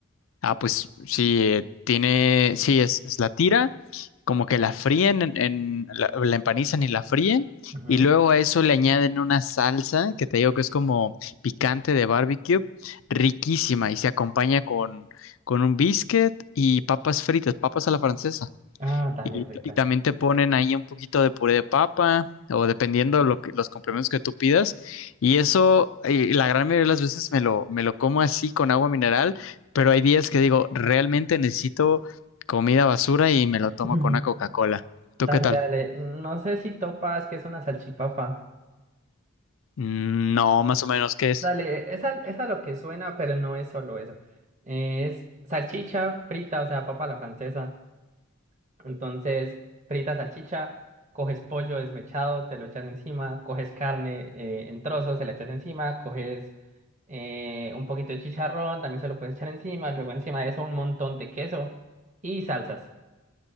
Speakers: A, on the left (about 70°); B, on the right (about 35°).
A: Ah, pues sí, eh, tiene, sí, es, es la tira, como que la fríen, en, en- la, la empanizan y la fríen,
B: ujú.
A: y luego a eso le añaden una salsa que te digo que es como picante de barbecue, riquísima, y se acompaña con, con un biscuit y papas fritas, papas a la francesa.
B: Ah, dale,
A: Y,
B: rica.
A: y también te ponen ahí un poquito de puré de papa o dependiendo lo que, los complementos que tú pidas. Y eso, eh, la gran mayoría de las veces me lo, me lo como así con agua mineral, pero hay días que digo, realmente necesito comida basura y me lo tomo
B: <laughs>
A: con una Coca-Cola. ¿Tú
B: Dale,
A: qué tal?
B: dale. No sé si topas que es una salchipapa.
A: Mm, No, más o menos, ¿qué es?
B: Dale, esa es a lo que suena, pero no es solo eso. Es salchicha frita, o sea, papa a la francesa. Entonces, fritas salchicha, coges pollo desmechado, te lo echas encima, coges carne eh, en trozos, se la echas encima, coges eh, un poquito de chicharrón, también se lo puedes echar encima, luego encima de eso un montón de queso y salsas.